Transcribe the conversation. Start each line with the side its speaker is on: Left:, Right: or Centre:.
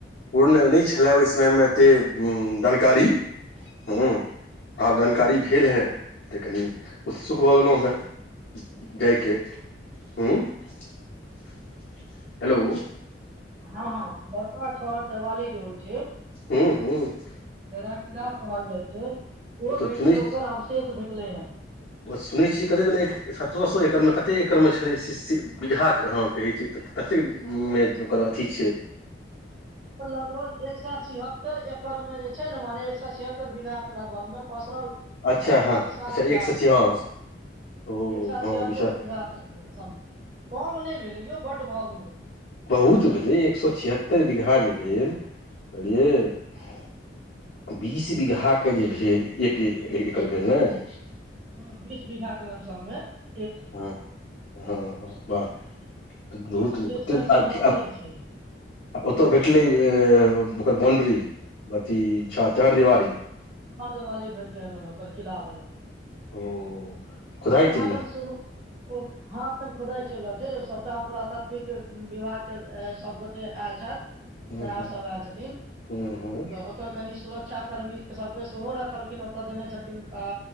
Left: पूर्ण नहि छलए ओहि समयमे एतेक जानकारी हँ आब जानकारी भेल हे तऽ। <unintelligible> कनि उत्सुक भऽ गेलहुँ हेँ। <unintelligible> जाइके हँ। <unintelligible> <unintelligible> हेलो। <unintelligible>
Right: हँ- हँ बड़का छहर देवाली जे होइ छै। <unintelligible>
Left: ह्मँ -ह्मं। <unintelligible>
Right: धरा खीराा कहल जाइत छै। <inaudible> ओ
Left: तऽ
Right: भेटलै
Left: सुनै
Right: ओकर अवशेष भेटलै। चले ह। <unintelligible>
Left: ओ सुनै छियै कतेक दिन सत्रह- सए एकड़मे कतेक एकड़मे छलै -बीघाके अहाँ कहैत छै तऽ। ततेक -मे
Right: एकर
Left: ओकर अथी छै।
Right: लगभग एक सए छिहत्तर एकड़ में जे छै ने मने एक सए छिहत्तर बीघा के लगभग मे प। पड़ल
Left: अच्छा
Right: बड़का
Left: हँ
Right: विशाल
Left: अच्छा
Right: के लागै
Left: एक सए छियास
Right: छै
Left: ओ
Right: <unintelligible> एक सए
Left: हँ
Right: छिहत्तर
Left: विशा
Right: बीघा तक समय कम नहि भेलैो बड भए गेले।
Left: बहुत भेलै एक सए छिहत्तरि बीघा जे भेल <unintelligible> बूझलियै बीस बीघाके जे भेल एक एकर भेल ने। <unintelligible>
Right: हँ बीस बीघा क लमसममे। <unintelligible>
Left: हँ- हँ -हँ वाह -बहुत
Right: छै
Left: ओेक
Right: एक सए छिहत्तर छै
Left: ओतऽ -भेटलै। ओकर बाउंड्री अथी छहर दिवारी। <unintelligible>
Right: छहर देवाली भेटल लोक किला भला। <unintelligible>
Left: ओ। <unintelligible>
Right: ब
Left: खुदाइ
Right: कह
Left: चलि
Right: दन सुोनू ओ हँखर <inaudible> खुदाइ चलि रहल छै सबटा पुरातात्विक विभाग के सब गोटे आयल छथि
Left: हूँ
Right: साहेब
Left: हूँ
Right: सभ आयल छथिन
Left: हूँ हूँ
Right: तऽ ओतय कनि सुरक शिक्षा कर्मी सबके सेहो रखलखिन ओतऽ देने छथिन आ